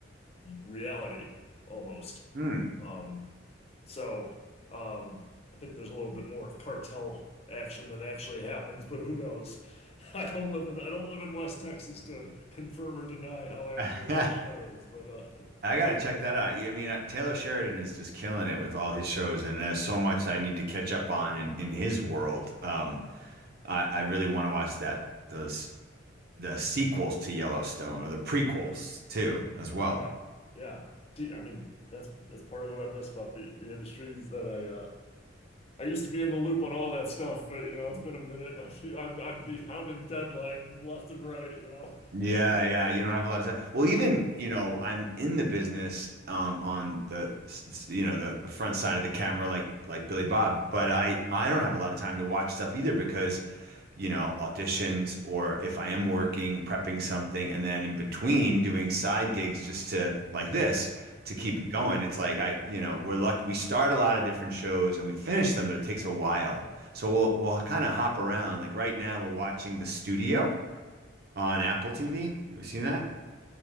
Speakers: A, on the left (about 30°); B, on the right (about 50°).
A: reality almost.
B: Hmm.
A: Um, so um, I think there's a little bit more of cartel action than actually happens, but who knows? <laughs> I don't live in I don't live in West Texas to confirm or deny how accurate
B: <laughs>
A: that show is, but uh,
B: I got to check that out. Yeah, I mean, uh, Taylor Sheridan is just killing it with all his shows, and there's so much I need to catch up on in, in his world. Um, I, I really want to watch that those the sequels to Yellowstone or the prequels too, as
A: <laughs>
B: well.
A: yeah, yeah. Gee, I mean, that's that's part of what I miss about the the industry is that I uh, I used to be in the loop on all that stuff, but you know, it's been a minute. <laughs> I'd I'd be hounding deadline left and right, you know.
B: Yeah, yeah,
A: <laughs>
B: you don't have a lot of time. Well, even you know, I'm in the business um, on the you know the, the front side of the camera, like like Billy Bob, but I I don't have a lot of time to watch stuff either because you know, auditions or if I am working, prepping something, and then in between doing side gigs just to like this to keep
A: Yeah.
B: it going. It's like I, you know, we're lucky we start a lot of different shows and we finish them, but it takes a while. So we'll we'll kind of hop around. Like right now we're watching The Studio on Apple TV. Have you seen
A: Mhm.
B: that?